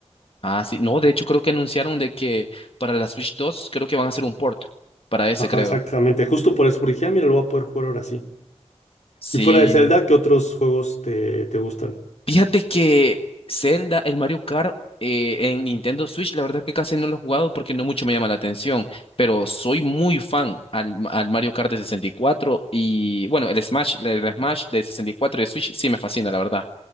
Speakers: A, on the left; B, on the left.
A: Ah, sí. No, de hecho creo que anunciaron de que para la Switch dos creo que van a hacer un port para ese,
B: Ajá,
A: creo.
B: exactamente. Justo por eso porque dije, "Ah, mira, lo voy a poder jugar ahora sí.
A: Sí.
B: Y fuera de Zelda, ¿qué otros juegos te, te gustan?
A: Fíjate que Zelda, el Mario Kart eh, en Nintendo Switch, la verdad que casi no lo he jugado porque no mucho me llama la atención, pero soy muy fan al, al Mario Kart de sesenta y cuatro y bueno, el Smash, el Smash de 64 y cuatro y de Switch sí me fascina, la verdad.